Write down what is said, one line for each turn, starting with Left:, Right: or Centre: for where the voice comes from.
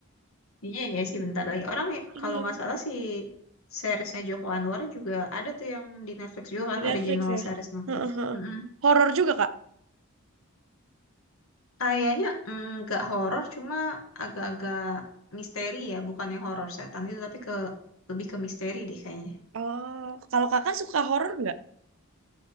Left: Iya ya sih bentar lagi. Orang ya,
Right: Iya,
Left: kalau nggak salah si, seriesnya Joko Anwar juga ada tuh yang di Netflix juga
Right: di
Left: kan
Right: Netflix
Left: original
Right: ya.
Left: series Netflix.
Right: Heeh, heeh.
Left: Mm-mm.
Right: Horor juga kak.
Left: Kayaknya mm, nggak horor cuma agak-agak misteri ya, bukannya horor setan gitu tapi ke lebih ke misteri deh kayaknya.
Right: Oh, kalau kakak suka horor nggak?